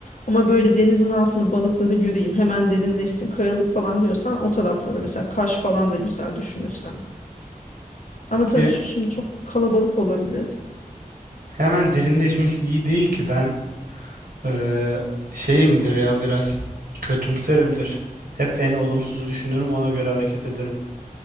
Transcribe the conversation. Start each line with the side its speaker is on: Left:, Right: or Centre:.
Left: Ama böyle denizin altını balıkları göreyim hemen derinleşsin kayalık falan diyorsan o tarafları mesela Kaş falan da güzel düşünürsen. Ama tabii
Right: E,
Left: şu şimdi çok kalabalık olabilir.
Right: hemen derinleşmemiz iyi değil ki ben eee şeyimdir ya biraz kötümserimdir. Hep en olumsuz düşünürüm ona göre hareket ederim.